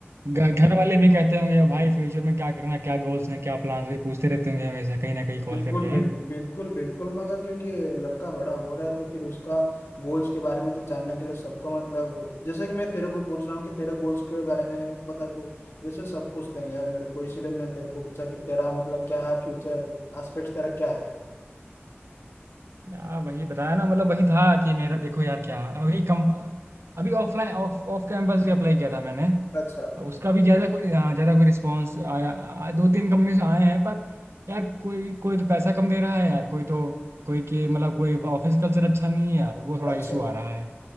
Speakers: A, on the right; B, on the left.
A: घ- घर वाले भी कहते होंगे भाई फ्यूचर में क्या करना क्या गोल्स हैं क्या प्लान्स भी पूछते रहते होंगे हमेशा कहीं ना कहीं कॉल
B: बिल्कुल
A: करके
B: बिल, बिल्कुल बिल्कुल मगर क्योंकि लड़का बड़ा हो रहा है तो फिर उसका गोल्स के बारे में तो जानने के लिए सबको मतलब जैसे कि मैं तेरे को पूछ रहा हूँ कि तेरे गोल्स के बारे में बता तू वैसे सब पूछते हैं यार मेरे को इसीलिए मैं तेरे को पूछा कि तेरा मतलब क्या फ्यूचर एस्पेक्ट तेरा क्या है
A: यार वही बताया ना मतलब वही था कि मेरा देखो यार क्या वही कम अभी ऑफलाइन ऑफ ऑफ कैंपस भी अप्लाई किया था मैंने
B: अच्छा
A: अब उसका भी ज़्यादा कोई हाँ, ज़्यादा कोई रिस्पांस आया आ- दो तीन कंपनी से आए हैं पर यार कोई कोई तो पैसा कम दे रहा है यार कोई तो कोई के मतलब कोई ऑफिस कल्चर अच्छा नहीं है यार वो थोड़ा
B: अच्छा
A: इशू आ रहा है